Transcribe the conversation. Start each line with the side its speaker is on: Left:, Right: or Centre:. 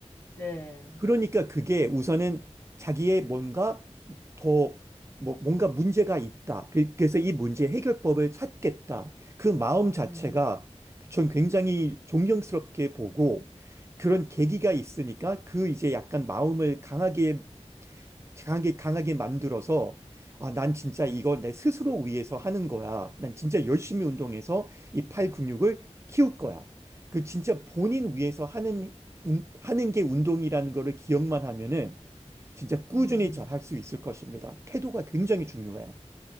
Left: 네.
Right: 그러니까 그게 우선은 자기의 뭔가 더 뭐, 뭔가 문제가 있다. 그- 그래서 이 문제 해결법을 찾겠다. 그 마음 자체가
Left: 음,
Right: 전 굉장히 존경스럽게 보고 그런 계기가 있으니까 그 이제 약간 마음을 강하게 강하게, 강하게 만들어서 아, 난 진짜 이걸 내 스스로 위해서 하는 거야. 난 진짜 열심히 운동해서 이 팔 근육을 키울 거야. 그 진짜 본인 위해서 하는, 운- 하는 게 운동이라는 거를 기억만 하면은 진짜 꾸준히
Left: 음,
Right: 잘 할 수 있을 것입니다. 태도가 굉장히 중요해요.